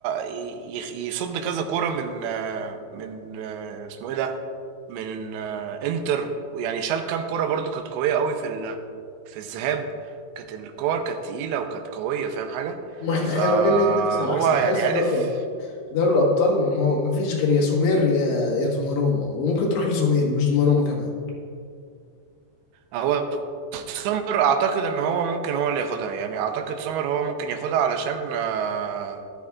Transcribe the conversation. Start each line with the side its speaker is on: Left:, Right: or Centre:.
Right: ي- يخ- يصد كذا كورة من آه، من آه، اسمه ايه ده من آه، انتر يعني شال كام كورة برضو كانت قوية قوي في ال... في الذهاب كانت الكور كانت تقيلة وكانت قوية فاهم حاجة
Left: ما احنا
Right: فهو
Left: احنا لو جينا نتنافس على احسن
Right: يعني
Left: حارس
Right: عارف
Left: في دوري الابطال في دوري الابطال ما فيش غير يا سومير يا يا دوناروما وممكن تروح لسومير مش دوناروما كمان
Right: هو سومر اعتقد ان هو ممكن هو اللي ياخدها يعني اعتقد سومر هو ممكن ياخدها علشان آه،